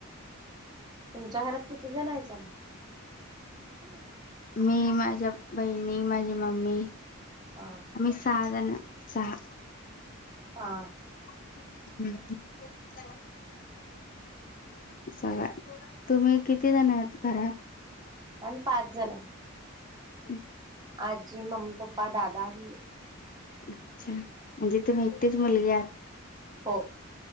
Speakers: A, on the right (about 20°); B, on the left (about 40°).
A: तुमच्या घरात किती जण आहेसा मग ह
B: मी, माझ्या बहिणी, माझी मम्मी,
A: हा
B: आम्ही सहा जण सहा
A: हा
B: ह सगळ तुम्ही किती जण आहेत घरात
A: आणि पाच जण आहे.
B: हम्
A: आजी मम्मी पप्पा दादा आणि मी
B: अच्छा म्हणजे तुम्ही एकटीच मुलगी आहात.
A: हो